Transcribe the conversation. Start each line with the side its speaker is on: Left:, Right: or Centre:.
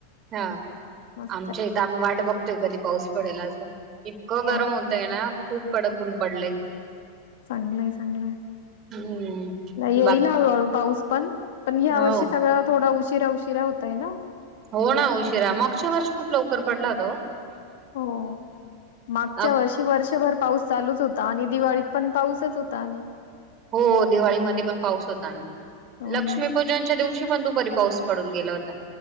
Right: हा,
Left: मस्त
Right: आमच्या
Left: आहे.
Right: इथे आम्ही वाट बघतोय, कधी पाऊस पडेल असं. इतकं
Left: हो
Right: गरम
Left: ना.
Right: होतंय ना, खूप कडक ऊन पडलंय.
Left: चांगलंय, चांगलंय.
Right: हम्म
Left: येईल
Right: बाकी
Left: हळूहळू पाऊस, पण यावर्षी
Right: हो
Left: सगळंच थोडं उशिरा आहे. शिरा होतोय ना?
Right: हो ना, उशिरा. मागच्या वर्षी खूप लवकर पडला होता तो.
Left: हो, मागच्या
Right: अ
Left: वर्षी वर्षभर पाऊस चालूच होता आणि दिवाळीतही. पण पाऊसच होता आणि...
Right: हो दिवाळीमध्ये पण पाऊस होताना
Left: हो
Right: लक्ष्मीपूजनच्या
Left: ना.
Right: दिवशी पण तूप पाऊस पडून गेला होता.